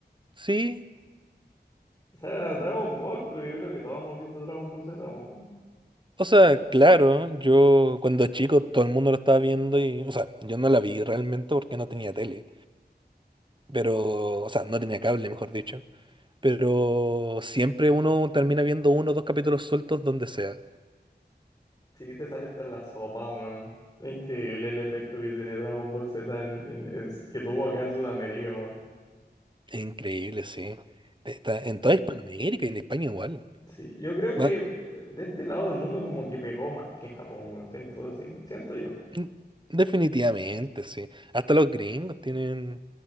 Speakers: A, on the right; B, on the left.
A: Sí.
B: O sea, Dragon Ball, pero yo creo que todos hemos visto Dragon Ball Z, weón.
A: O sea, claro, yo cuando chico todo el mundo lo estaba viendo y, o sea, yo no la vi realmente porque no tenía tele. pero, o sea, no tenía cable, mejor dicho. Pero siempre uno termina viendo uno o dos capítulos sueltos donde sea.
B: Sí, te sale hasta en la sopa, weón. Es increíble el efecto que tiene Dragon Ball Z en, en- en- que tuvo acá en Sudamérica, weón.
A: Increíble, sí. Está en toda Hispanoamérica y en España igual.
B: Sí, yo creo que
A: Va-
B: eh, de este lado del mundo como que pegó más que en Japón, weón. Siento, sien- siento yo.
A: mm, definitivamente, sí. Hasta los gringos tienen,